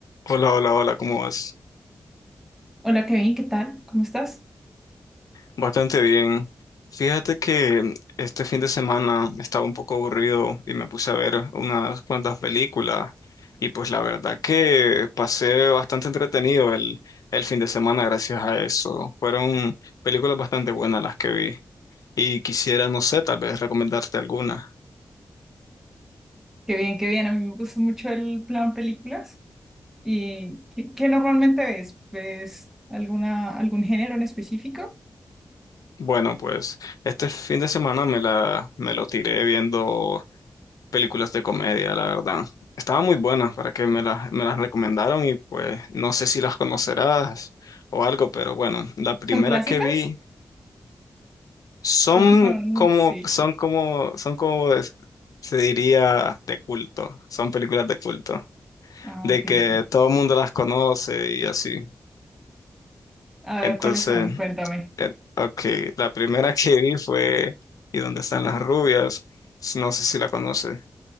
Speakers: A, on the left; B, in the centre.
A: Hola, hola, hola, ¿cómo vas?
B: Hola Kevin, ¿qué tal? ¿Cómo estás?
A: Bastante bien. Fíjate que este fin de semana estaba un poco aburrido y me puse a ver unas cuantas películas y pues la verdad que pasé bastante entretenido el, el fin de semana gracias a eso. Fueron películas bastante buenas las que vi y quisiera, no sé, tal vez recomendarte alguna.
B: Qué bien, qué bien. A mí me gusta mucho el plan películas. ¿Y qué, qué normalmente ves? ¿Ves alguna, algún género en específico?
A: Bueno, pues este fin de semana me la, me lo tiré viendo películas de comedia, la verdad. Estaban muy buenas para que me las, me las recomendaron y pues no sé si las conocerás o algo, pero bueno, la primera
B: ¿Son clásicas?
A: que vi son
B: Son, son,
A: como,
B: sí.
A: son como, son como es- se diría de culto, son películas de culto,
B: Ah,
A: de
B: ok,
A: que
B: ok.
A: todo el mundo las conoce y así.
B: A
A: Entonces,
B: ver, ¿cuáles son? Cuéntame.
A: eh, ok, la primera que vi fue ¿Y dónde están las rubias? No sé si la conoces.